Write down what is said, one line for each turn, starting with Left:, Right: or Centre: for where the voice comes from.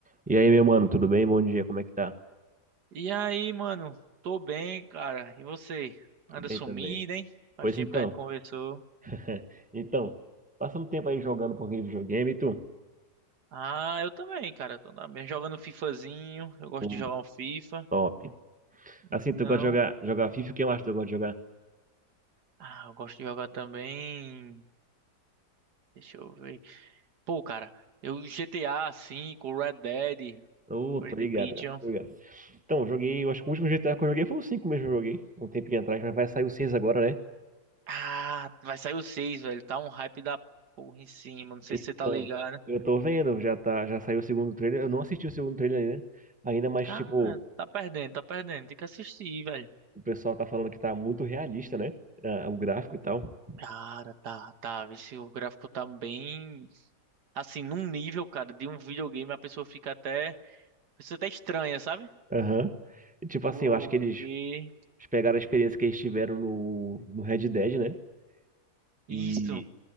Centre: E aí, meu mano, tudo bem? Bom dia, como é que tá?
Right: E aí, mano? Tô bem, cara. E você? Anda
Centre: Tudo bem
Right: sumido,
Centre: também.
Right: hein? Faz
Centre: Pois
Right: tempo
Centre: então.
Right: que a gente conversou.
Centre: <laughs> Então, passando tempo aí jogando um pouquinho de videogame, e tu?
Right: Ah, eu também, cara. Tô na... mesma- jogando FIFAzinho. Eu gosto
Centre: Pô,
Right: de jogar um FIFA.
Centre: top. Assim,
Right: Então.
Centre: tu gosta de jogar, jogar FIFA? O que mais tu gosta de jogar?
Right: Ah, eu gosto de jogar também. Deixa eu ver. Pô, cara, eu GTA V, o Red Dead,
Centre: Ô,
Right: Red
Centre: tô
Right: Dead
Centre: ligado,
Right: Redemption.
Centre: cara. Tô ligado. Então, eu joguei, eu acho que o último GTA que eu joguei foi o 5 mesmo que eu joguei, um tempinho atrás, mas vai sair o 6 agora, né?
Right: Ah, vai sair o seis, velho. Tá um hype da porra em cima. Não sei
Centre: Então,
Right: se você tá ligado.
Centre: eu tô vendo, já tá, já saiu o segundo trailer. Eu não assisti o segundo trailer ainda, ainda, mas
Right: Cara,
Centre: tipo,
Right: tá perdendo, tá perdendo. Tem que assistir, velho.
Centre: o pessoal tá falando que tá muito realista, né? Ah, o gráfico e tal.
Right: Cara, tá, tá. Vê se o gráfico tá bem. Assim, num nível, cara, de um videogame, a pessoa fica até. A pessoa até estranha, sabe?
Centre: Aham. E, tipo
Right: Porque.
Centre: assim, eu acho que eles Eles pegaram a experiência que eles tiveram no, no Red Dead, né?
Right: Isso.
Centre: E